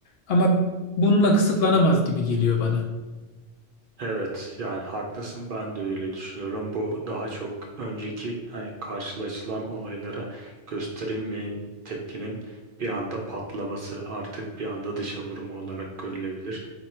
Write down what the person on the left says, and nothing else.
ama bununla kısıtlanamaz gibi geliyor bana.